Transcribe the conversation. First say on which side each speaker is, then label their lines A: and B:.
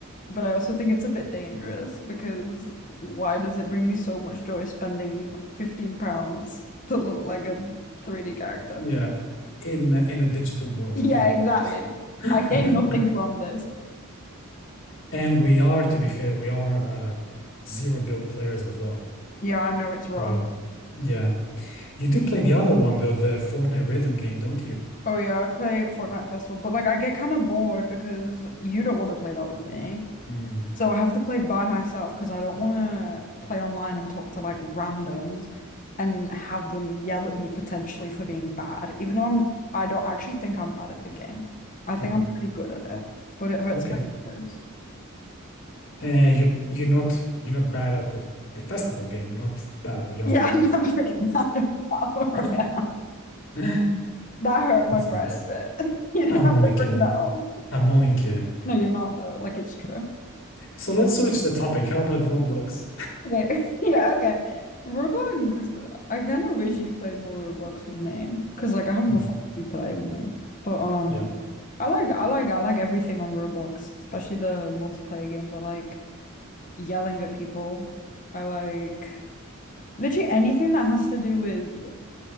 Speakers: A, on the left (about 35°); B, on the left (about 60°).
A: But I also think it's a bit dangerous because why does it bring me so much joy spending 15 pounds to look like a 3D character?
B: Yeah.
A: <laughs>
B: In in a digital world,
A: Yeah,
B: yeah.
A: exactly.
B: <laughs>
A: I gain nothing from this.
B: And we are, to be fair, we are uh, zero build players as well.
A: Yeah, I know it's rough.
B: So, yeah. You do play the other one though, the Fortnite rhythm game, don't you?
A: Oh yeah, I play Fortnite Festival, but like I get kind of bored because you don't want to play that with me.
B: Mm.
A: So I have to play by myself because I don't want to play online and talk to like randoms and have them yell at me potentially for being bad, even though I'm I don't actually think I'm bad at the game. I think
B: Mhm.
A: I'm pretty good at it, but it hurts
B: Okay.
A: my fingers. <laughs>
B: Uh, you you're not you're not bad at the the festival game, not the battle. You're
A: Yeah, I'm, I'm pretty <laughs> bad at Battle Royale.
B: <laughs> That's
A: That hurt my pride
B: nice.
A: a bit. <laughs> You didn't
B: I'm
A: have
B: only
A: to
B: kidding.
A: bring that up.
B: I'm only kidding.
A: No, you're not though. Like it's true.
B: So let's switch the topic. How about Roblox?
A: Okay. <laughs> Yeah, okay. Roblox, I kind of wish you played more Roblox with me, cause like I have more
B: hmm
A: fun when you play with me. But um,
B: Yeah.
A: I like I like I like everything on Roblox, especially the multiplayer games. I like yelling at people. I like literally anything that has to do with